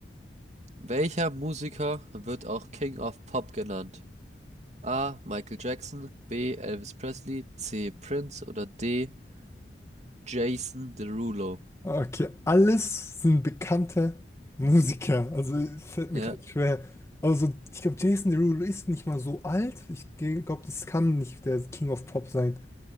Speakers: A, on the right; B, on the left.
A: welcher Musiker wird auch King of Pop genannt? A. Michael Jackson, B. Elvis Presley, C. Prince oder D. Jason Derulo.
B: Okay. Alles sind bekannte Musiker. Also es fällt mir
A: Ja.
B: gerade schwer. Aber so, ich glaube, Jason Derulo ist nicht mal so alt. Ich glaube, das kann nicht der King of Pop sein.